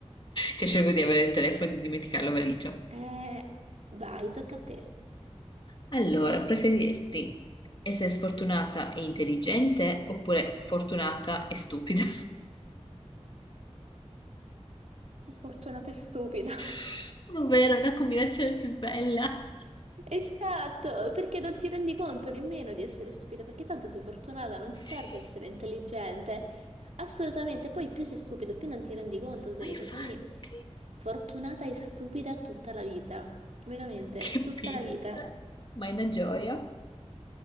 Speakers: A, on the left (about 45°); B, on the right (about 80°).
A: Cioè, cerco di avere il telefono e di dimenticare la valigia.
B: Eh, vai, tocca a te.
A: Allora, preferiresti essere sfortunata e intelligente oppure fortunata e stupida?
B: Fortunata e stupida.
A: <laughs> Ma vero, è la combinazione più bella.
B: Esatto, perché non ti rendi conto nemmeno di essere stupida, perché tanto sei fortunata, non ti serve
A: Sì,
B: essere intelligente. Assolutamente, poi più sei stupido, più non ti rendi conto delle
A: ma infatti,
B: cose, quindi fortunata e stupida tutta la vita, veramente,
A: che
B: tutta
A: pizza.
B: la vita.
A: Ma è una gioia.